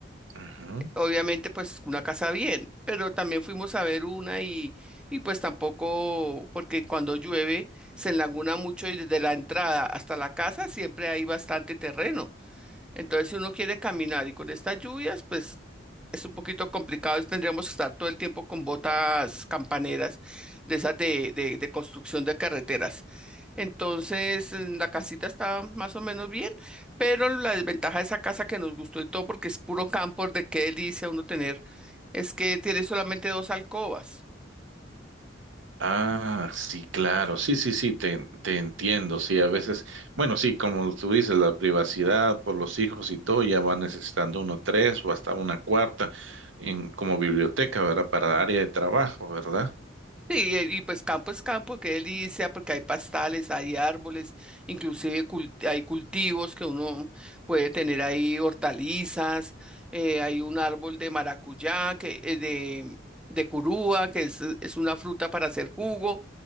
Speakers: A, on the right; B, in the centre.
A: Ujú.
B: Obviamente, pues una casa bien, pero también fuimos a ver una y, y pues tampoco, porque cuando llueve se enlaguna mucho y desde la entrada hasta la casa siempre hay bastante terreno. Entonces, si uno quiere caminar y con estas lluvias, pues es un poquito complicado y tendríamos que estar todo el tiempo con botas campaneras de esas de, de, de construcción de carreteras. Entonces, mm, la casita está más o menos bien, pero la desventaja de esa casa que nos gustó y todo, porque es puro campo, de qué delicia uno tener, es que tiene solamente dos alcobas.
A: Ah, sí, claro, sí, sí, sí, te, te entiendo, sí, a veces, bueno, sí, como tú dices, la privacidad por los hijos y todo, ya va necesitando uno tres o hasta una cuarta en, como biblioteca, ¿verdad? Para área de trabajo, ¿verdad?
B: Sí, y, y pues campo es campo, qué delicia, porque hay pastales, hay árboles, inclusive cult- hay cultivos que uno puede tener ahí, hortalizas, eh, hay un árbol de maracuyá, que, eh, de, de curúa, que es, es una fruta para hacer jugo.